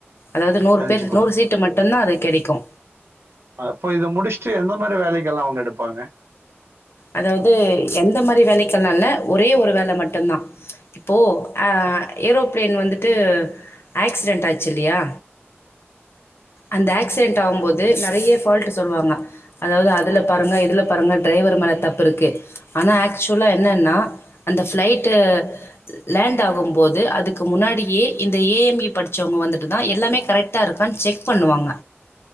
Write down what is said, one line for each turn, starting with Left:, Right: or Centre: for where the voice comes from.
Left: அதாவ்து நூறு
Right: எலிஜிபிள்.
Left: பேர் நூறு சீட்டு மட்டுந்தா அது கெடை க்கு
Right: அப்போ இத முடுச்சுட்டு எந்த மாரி வேலைக்கெல்லா அவுங்க எடுப்பாங்க
Left: அதாவ்து எந்த மாரி வேலைக்கெல்லால்ல ஒரே ஒரு வேல ‌மட்டுந்தா இப்போ ஆ ஏரோப் ப்ளேன் வந்துட்டு ஆக்சிடென்ட் ஆச்சுல்லயா அந்த ஆக்சிடென்ட் ஆவும்போது நெறைய ஃபால்டு சொல்வாங்க அதாவ்து அதுல பாருங்க இதுல பாருங்க ட்ரைவர் மேல தப்புருக்கு ஆனா ஆக்சுவலா என்னன்னா அந்த ஃப்ளைட்டு லேண்ட் ஆகும்போது அதுக்கு முன்னாடியே இந்த ஏ எம் இ படிச்சவங்க வந்துட்டு தா எல்லாமே கரெக்டா இருக்கான் செக் பண்ணுவாங்க